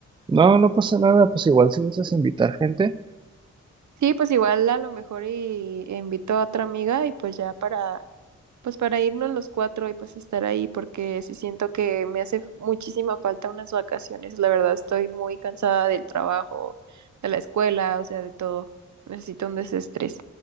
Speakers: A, on the right; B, on the right.
A: No, no pasa nada, pues igual si gustas invitar gente,
B: Sí, pues igual a lo mejor y invito a otra amiga y pues ya para pues para irnos los cuatro y pues estar ahí, porque sí siento que me hace muchísima falta unas vacaciones. La verdad estoy muy cansada del trabajo, de la escuela, o sea, de todo. Necesito un desestrés.